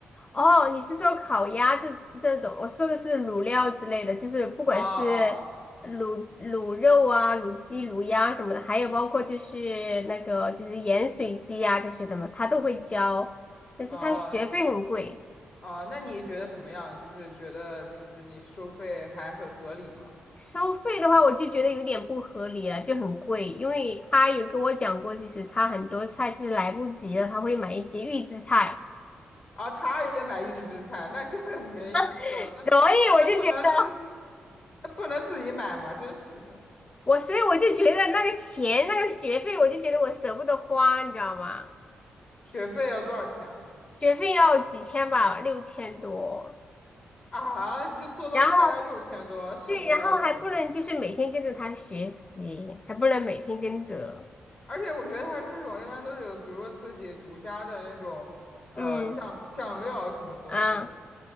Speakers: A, on the left; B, on the left.
A: 哦，你是说烤鸭这这种？我说的是卤料之类的，就是不管是卤卤肉啊、
B: 啊啊
A: 卤鸡、卤鸭什么的，还有包括就是那个就是盐水鸡啊这些的嘛，他都会教，但是他学费很贵。
B: 啊啊啊！那你觉得怎么样？就是觉得就是你收费还很合理吗？
A: 收费的话，我就觉得有点不合理了，就很贵，因为他有跟我讲过，就是他很多菜就是来不及了，他会买一些预制菜，
B: 啊，他也买预制菜，那更 <laughs> 没意思了，
A: <laughs>
B: 那
A: 所以我就觉得。
B: 那不能自。那不能自己买吗？真是的。
A: 我所以我就觉得那个钱那个学费，我就觉得我舍不得花，你知道吗？
B: 学费要多少钱啊？
A: 学费要几千吧，六千多，
B: 啊，你就做道菜要六千多，
A: 然后
B: 是我我也不会买的
A: 对，然后还不能就是每天跟着他学习，还不能每天跟着，
B: 而且我觉得他这种一般都是有，比如说自己独家的那种，呃，
A: 嗯
B: 酱酱料什么东西的。
A: 啊，